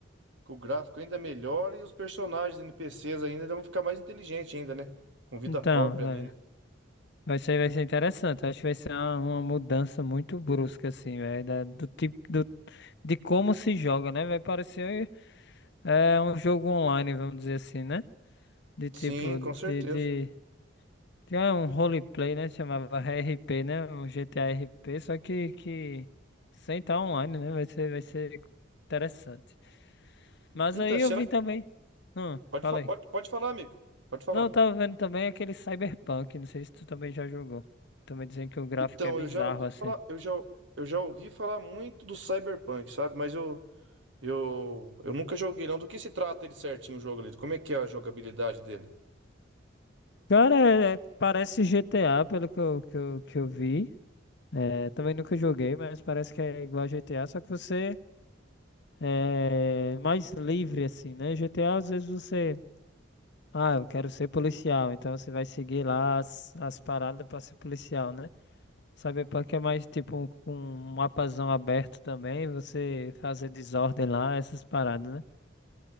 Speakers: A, on the right; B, on the left.
A: Com o gráfico ainda melhor e os personagens NPCs ainda vão ficar mais inteligentes ainda, né? Com vida
B: Então,
A: própria ali,
B: é.
A: né?
B: Vai ser, vai ser interessante. Acho que vai ser uma, uma mudança muito brusca, assim, velho. da- Do tipo do, de como se joga, né? Vai parecer é, um jogo online, vamos dizer assim, né? De tipo,
A: Sim, com
B: de,
A: certeza.
B: de, de é, um roleplay, né? Chamava RP, né? Um GTA RP, só que, que sem estar online, né? Vai ser, vai ser interessante. Mas
A: Então,
B: aí eu
A: será
B: vi
A: que
B: também. Hum,
A: pode,
B: fala
A: fa-
B: aí.
A: pode, pode falar, amigo? Pode falar.
B: Não, eu tava vendo também aquele Cyberpunk. Não sei se tu também já jogou. Também dizem que o gráfico
A: Então,
B: é bizarro,
A: eu já ouvi
B: assim.
A: falar, eu já, eu já ouvi falar muito do Cyberpunk, sabe? Mas eu, eu, eu nunca joguei não. Do que se trata ele certinho o jogo ali? Como é que é a jogabilidade dele?
B: Cara, é- parece GTA, pelo que eu, que eu, que eu vi. É, também nunca joguei, mas parece que é igual a GTA, só que você é mais livre, assim, né? GTA, às vezes você. Ah, eu quero ser policial, então você vai seguir lá as, as paradas pra ser policial, né? Cyberpunk é mais tipo um, um mapazão aberto também, você fazer desordem lá, essas paradas, né?